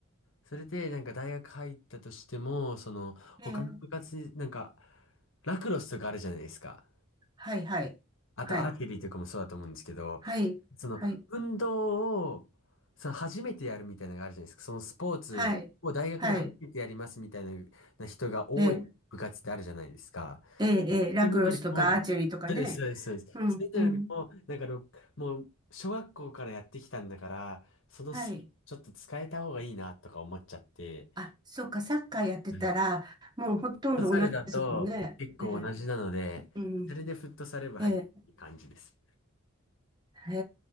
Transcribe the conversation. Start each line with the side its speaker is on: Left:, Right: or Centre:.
Left: それで、なんか大学入ったとしても、その、
Right: へえ。
Left: 他の部活に、なんか、ラクロスとかあるじゃないですか。
Right: はい、はい、
Left: あと、
Right: はい、
Left: アーチェリーとかもそうだと思うんですけど、
Right: はい、
Left: その、
Right: はい、
Left: 運動を、その、初めてやるみたいなのがあるじゃないですか。その、スポーツを大学で初めてやりますみたいな人が多い部活ってあるじゃないですか。
Right: はい、はい、ええ、ええ、ええラクロスとかアーチェリーとかね。
Left: っていうのよりも、そうです、そうです、そうです。
Right: うん、
Left: それよりも、
Right: うん、
Left: なんかろ、もう、小学校からやってきたんだから、そのスキルちょっと使えた方がいいなとか思っちゃって、
Right: はい。あ、そうか、サッカーやってたら、
Left: うん
Right: もうほとんど同じですもんね。
Left: フットサルだと結構同じなので、
Right: ええ、うん、
Left: それでフットサル部入ってる感じです。
Right: ええ、へ